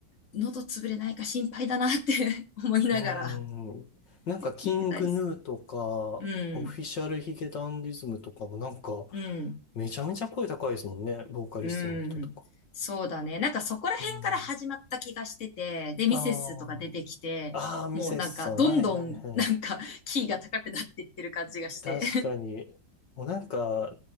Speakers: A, on the left (about 40°); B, on the left (about 60°).
A: 喉潰れないか心配だなって <laughs> 思いながら
B: うーん。なんか、キングヌーとか、
A: 聞いてたりする。
B: オフィシャルヒゲダンディズムとかもなんか、
A: うん。うん、
B: めちゃめちゃ声高いですもんね。ボーカリストの人とか。
A: うん、そうだね。なんかそこら辺から始まった気がしてて、
B: うん。
A: で、ミセスとか出てきて、
B: ああ。ああ、ミセスさん。
A: もうなんかどんどんなんか
B: はいはいはい。
A: <laughs> キーが高くなっていってる感じがして。
B: 確かに。もうなんか、